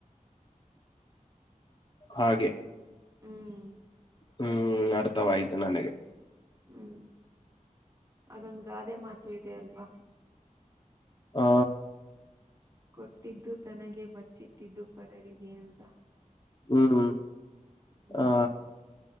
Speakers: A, on the left; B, on the right.
A: ಹಾಗೆ
B: ಹ್ಮ್
A: ಹ್ಮ್ ಅರ್ಥವ ಆಯ್ತು ನನಗೆ
B: ಹ್ಮ್ ಅದೊಂದ ಗಾದೆ ಮಾತು ಇದೆ ಅಲ್ವಾ
A: ಹಾ
B: ಕೊಟ್ಟಿದ್ದು ತನಗೆ ಬಚ್ಚಿಟ್ಟಿದ್ದು ಪರರಿಗೆ ಅಂತ
A: ಹ್ಮ್
B: ಹ್ಮ್
A: ಆ